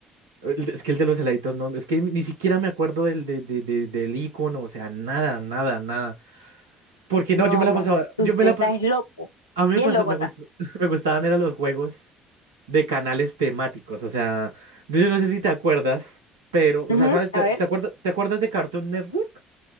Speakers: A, on the right (about 80°); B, on the left (about 90°).
A: el- de- Es que el de los heladitos no. Es que ni siquiera me acuerdo del, de, de- de- del icono. O sea, nada, nada, nada. Porque no,
B: No,
A: yo me la
B: ma,
A: pasaba.
B: tú-
A: Yo
B: usted
A: me la
B: está
A: pasaba.
B: es loco,
A: A mí
B: bien
A: me pasó,
B: loco
A: me
B: está.
A: gust- <laughs> me gustaban eran los juegos de canales temáticos. O sea, yo no sé si te acuerdas, pero, o
B: Ujú,
A: sea, ¿sabes?
B: A
A: ¿Te,
B: ver,
A: te acuerdas, te acuerdas de Cartoon Network?